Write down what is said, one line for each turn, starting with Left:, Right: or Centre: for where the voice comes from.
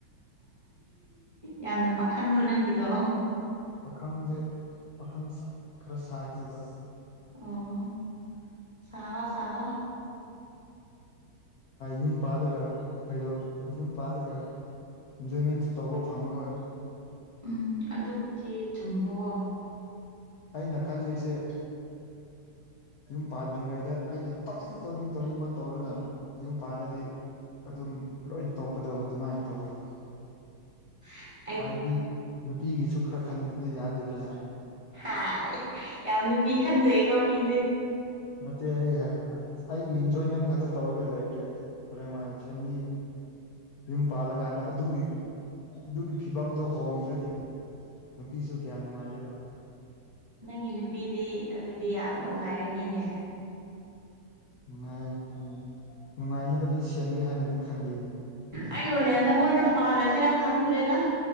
Right: ꯌꯥꯝꯅ ꯈꯪꯕ꯭ꯔꯣ ꯅꯪꯒꯤꯗꯣ
Left: ꯄꯥꯈꯪꯁꯦ ꯄꯥꯈꯪ ꯈꯔ ꯁꯥꯈꯤꯕ
Right: ꯑꯣ ꯁꯑꯣ ꯁꯥꯑꯣ
Left: ꯌꯨꯝ ꯄꯥꯜꯂꯒ ꯀꯩꯗ ꯌꯨꯝ ꯄꯥꯜꯂꯒ ꯏꯟꯖꯣꯏꯃꯦꯟꯁꯨ ꯇꯧꯕ ꯐꯪꯂꯉꯔꯣꯏ
Right: ꯎꯝ ꯑꯗꯨꯕꯨꯗꯤ ꯆꯨꯝꯕꯋꯣ
Left: ꯑꯩꯅ ꯈꯜꯂꯤꯁꯦ
Right: <inaudible>
Left: ꯌꯨꯝ ꯄꯥꯟꯗ꯭ꯔꯤꯉꯩꯗ ꯑꯩꯅ ꯇꯧꯅꯤꯡ ꯇꯧꯅꯤꯡ ꯇꯧꯅꯤꯡꯕ ꯇꯧꯔꯒ ꯌꯨꯝ ꯄꯜꯂꯗꯤ ꯑꯗꯨꯝ ꯂꯣꯏ ꯇꯣꯞꯄꯗꯣ ꯑꯗꯨꯃꯥꯏꯅ ꯇꯧꯗꯕ
Right: <inaudible>
Left: ꯍꯥꯏꯕꯗꯤ ꯅꯨꯄꯤꯒꯤꯁꯨ ꯈꯔ ꯈꯟꯗꯗꯤ ꯌꯥꯗꯦꯗꯅ
Right: ꯍ ꯌꯥꯎꯅ ꯄꯤꯈꯟꯖꯩꯒꯣ ꯃꯤ
Left: ꯅꯠꯇꯦ ꯑꯩ ꯑꯩꯒꯤ ꯏꯟꯖꯣꯏꯃꯦꯟ ꯈꯛꯇ ꯇꯧꯔꯒ ꯂꯩꯗꯦ ꯍꯣꯔꯦꯟ ꯋꯥ ꯐꯦꯃꯤꯂꯤ ꯌꯨꯝ ꯄꯥꯜꯂꯀꯥꯟꯗ ꯑꯗꯨꯒꯤ ꯑꯗꯨꯒꯤ ꯐꯤꯕꯝꯗꯨ ꯍꯣꯡꯗ꯭ꯔꯗꯤ ꯅꯨꯄꯤꯁꯨ ꯀꯌꯥꯝ ꯅꯨꯡꯉꯥꯏꯔꯣꯏꯕ
Right: ꯅꯪꯒꯤ ꯅꯨꯄꯤꯗꯤ ꯑꯗꯨꯗꯤ ꯌꯥꯝ ꯅꯨꯡꯉꯥꯏꯔꯅꯤꯅꯦ
Left: ꯅꯨꯡꯉꯥꯏ ꯅꯨꯡꯉꯥꯏꯅꯕꯗꯤ ꯁꯦꯝꯒꯦ ꯍꯥꯏꯅꯗꯤ ꯈꯜꯂꯤ
Right: ꯑꯩ ꯑꯣꯏꯅ ꯅꯪꯗ ꯄꯥꯜꯂꯁꯤꯔꯥ ꯈꯪꯗ꯭ꯔꯦꯗ